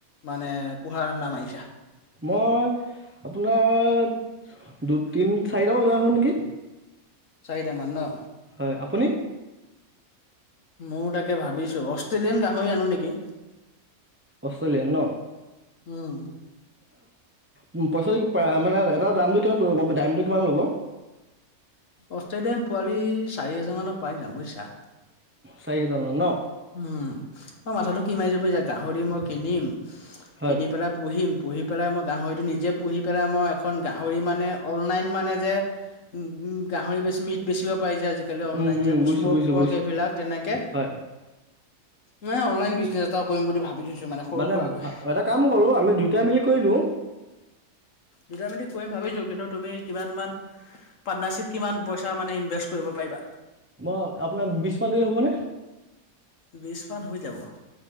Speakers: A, on the left; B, on the right.
A: মানে পোহাৰ ৰান্দা মাই-
B: মই আপোনাৰ দু তিনি চাৰিটামান লৈ আহোঁ নেকি?
A: চাৰিটামান ন।
B: হয়ঁ আপুনি?
A: ময়ো তাকে ভাবিছোঁ অষ্ট্ৰেলিয়ান গাহৰি আনো নেকি?
B: অষ্ট্ৰেলিয়ান ন!
A: ওম!
B: ওঁম পইচাটো মানে এটা দামটো কিমান পৰিব গম দামটো কিমান ল'ব?
A: অষ্ট্ৰেলিয়ান পোৱালি চাৰি হেজাৰ মানত পাই যাম বুজিছা।
B: চাৰি হোজাৰ মানত ন।
A: উম, অ, মাথাটো কি মাৰিচো বুইচা গাহৰি মই কিনিম
B: হয়
A: কিনি পেলাই পুহিম। পুহি পেলাই মই গাহৰিটো নিজে পুহি পেলাই মই এখন গাহৰি মানে অনলাইন মানে যে উম-উম গাহৰি বেছি মিট বেচিব পাৰি যে আজিকালি অনলাইন
B: উম উম
A: যে
B: বুজিছো
A: স্ম'ক
B: বুজিছো
A: পৰ্ক
B: বুজিছো
A: এইবিলাক তেনেকৈ
B: হয়
A: মানে অনলাইন বিজনেছ এটাও কৰিম বুলি ভাবি থৈছো। সৰু
B: মানে
A: সুৰাকৈ
B: ভা এটা কাম কৰো আমি দুইটাই মিলি কৰি দিওঁ।
A: দুটা মিলি কৰিম ভাবিছোঁ কিন্তু তুমি কিমান মান পাৰ্টনাৰশ্বিপ কিমান পইচা মানে ইনভেষ্ট কৰিব পাৰিবা?
B: মই আপোনাক বিশ মান দিলে হ'বনে?
A: বিছমান হৈ যাব।